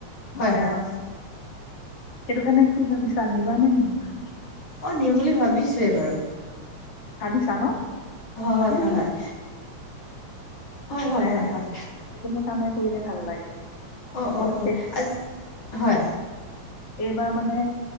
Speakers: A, on the left; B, on the left.
A: হয়
B: মানে
A: হয়
B: সেইটো কাৰণে কি ভাবিছা নিবা নে নিনিবা?
A: অ' নিম বুলি ভাবিছোয়ে বাৰু।
B: ভাবিছা ন?
A: হয়
B: ভাবিলে
A: হয় হয় হয়
B: মানে
A: হয় হয় হয় হয় হয়
B: কোনো কামেই কৰিলে ভাল লাগে।
A: অ
B: অকল
A: অ অ
B: সেই
A: আজি হয়
B: এইবাৰ মানে,